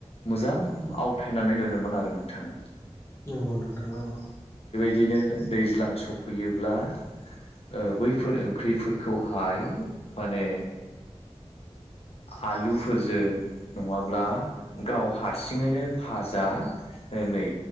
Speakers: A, on the left; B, on the left.
A: मोजां आवथायनानै दोनोमोन आरो नोंथां।
B: नोंगौ नोंथां नांगौ।
A: बिदिनो दैज्लां सफैयोब्ला ओ बैफोर ओंख्रैफोरखौहाय माने आलुफोरजों नङाब्ला गाव हारसिङैनो फाजा ओ नै